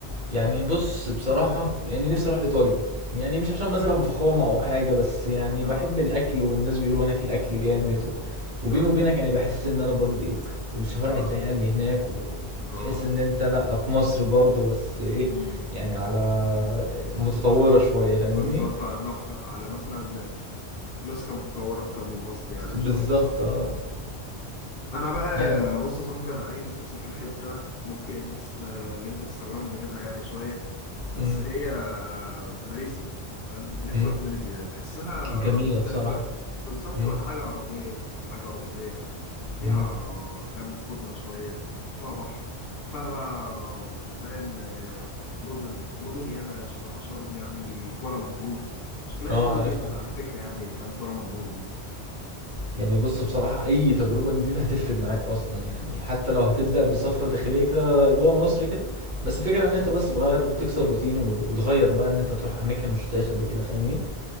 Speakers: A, on the right; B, on the left.
A: يعني بص بصراحة يعني نفسي اروح ايطاليا يعني مش عشان مثلا فخامة او حاجة بس يعني
B: اه
A: بحب الاكل والناس بيقولوا هناك الاكل جامد و... وبيني
B: فعلا
A: وبينك يعني بحس ان انا برضه ايه الشوارع
B: اه
A: الضيقة اللي هناك
B: اه
A: وتحس ان انت لا في مصر برضه بس ايه
B: امم
A: يعني على متطورة
B: آه. آه،
A: شوية فاهمني
B: بالظبط على نح على مثلا نسخة متطورة اكتر من مصر يعني
A: بالظبط
B: شوية صح؟
A: اه
B: انا بقى
A: يعني
B: بص يا صاحبي انا عايز اسافر حته ممكن انت تست... اللي انت تستغربني منها يعني شويه بس
A: مم.
B: هي ماليزيا فاهم نفسي
A: مم.
B: اروح ماليزيا بحسها
A: جميلة
B: مختلفه
A: بصراحة
B: بالظبط
A: مم.
B: ولا حاجه عربيه ولا حاجه اوروبيه فيها
A: مم.
B: فاهم خضره شويه وفيها بحر فيها بقى فاهم آه، مدن مدن ياما شبه اشهرهم يعني كوالالمبور شكلها
A: اه
B: حلو
A: عارفها
B: جدا على فكره يعني فاهم كوالالمبور
A: يعني بص بصراحة أي تجربة جديدة هتفرق معاك أصلا يعني حتى لو هتبدأ بسفرة داخلية كده جوه مصر كده بس الفكرة إن أنت بس تغير تكسر روتين و- وتغير بقى إن أنت تروح أماكن ما شفتهاش قبل كده فاهمني؟